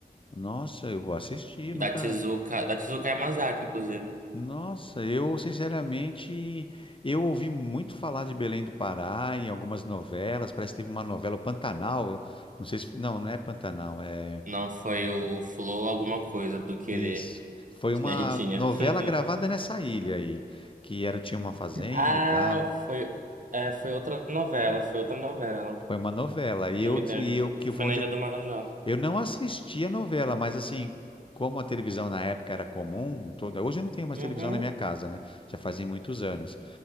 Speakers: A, on the left; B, on the right.
A: Nossa, eu vou assistir.
B: da
A: Nunca.
B: Tezuka, da Tezuka Yamazaki, inclusive.
A: Nossa, eu sinceramente, eu ouvi muito falar de Belém do Pará em algumas novelas. Parece que teve uma novela, o Pantanal. eu- não sei se. Não, não é Pantanal. É
B: Não foi o Flow alguma coisa do Querer,
A: isso. Foi
B: tinha
A: uma
B: Ritinha.
A: novela
B: <laughs>
A: gravada nessa ilha aí, que era tinha uma fazenda
B: Ah,
A: e tal.
B: foi, é, foi outra novela, foi outra novela.
A: Foi uma novela. E
B: Não
A: eu
B: me lembro.
A: e eu que foi
B: Foi na
A: onde
B: Ilha
A: eu
B: do Marajó.
A: Eu não assisti a novela, mas assim, como a televisão na época era comum, toda... hoje eu não tenho mais
B: Uhum,
A: televisão na minha casa, né? Já fazem muitos anos.